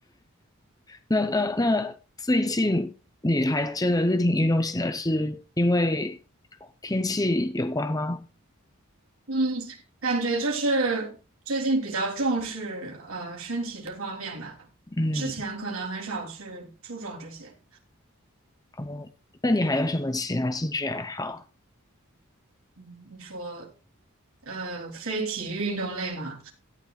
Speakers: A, on the left; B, on the right.
A: 那那那，最近你还真的是挺运动型的，是因为天气有关吗？
B: 嗯，感觉就是最近比较重视呃身体这方面吧，
A: 嗯，
B: 之前可能很少去注重这些。
A: 哦，那你还有什么其他兴趣爱好？
B: 嗯，你说呃非体育运动类嘛，